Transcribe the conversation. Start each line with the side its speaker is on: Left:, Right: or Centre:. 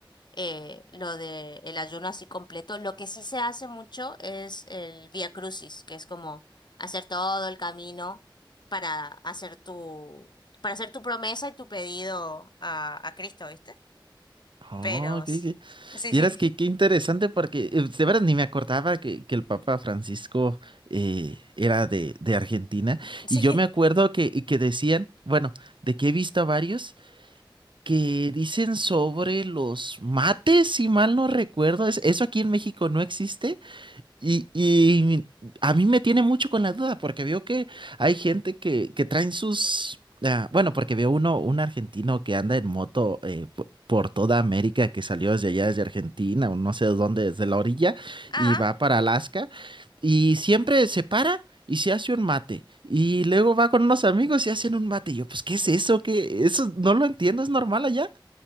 Left: eh, lo de el ayuno así completo. Lo que sí se hace mucho es el Vía Crucis, que es como hacer todo el camino para hacer tu para hacer tu promesa y tu pedido a, a Cristo, ¿viste?
Right: Oh,
Left: Pero s-
Right: qué, qué-
Left: sí,
Right: Vieras
Left: sí.
Right: que qué interesante porque eh, de verdad ni me acordaba que, que el Papa Francisco eh, era de, de Argentina.
Left: Sí.
Right: Y yo me acuerdo que, que decían, bueno, de que he visto a varios que dicen sobre los mates, si mal no recuerdo. ¿Es- ¿Eso aquí en México no existe? Y, y a mí me tiene mucho con la duda, porque veo que hay gente que, que traen sus... ah, bueno, porque veo uno, un argentino que anda en moto eh, po- por toda América, que salió desde allá, desde Argentina, o no sé de dónde, desde la orilla,
Left: Ah,
Right: y va para Alaska, y siempre se para y se hace un mate, y luego va con unos amigos y hacen un mate. Y yo, pues, ¿qué es eso? ¿Qué? Eso no lo entiendo, es normal allá,